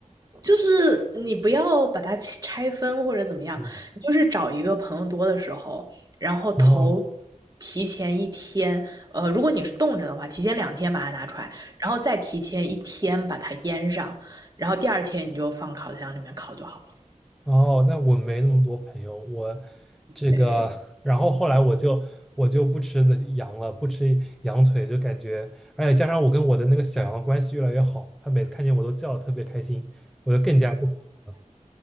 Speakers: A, on the right; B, in the centre.
A: 就是你不要把它切拆分或者怎么样，
B: 嗯，
A: 你就是找一个朋友多的时候，然后头
B: 哦。
A: 提前一天，呃，如果你是冻着的话，提前两天把它拿出来，然后再提前一天把它腌上，然后第二天你就放烤箱里面烤就好了。
B: 哦，那我没那么多朋友，我这个，
A: 对
B: <laughs> 然后后来我就我就不吃的羊了，不吃羊腿，就感觉，而且加上我跟我的那个小羊的关系越来越好，它每次看见我都叫的特别开心，我就更加不吃了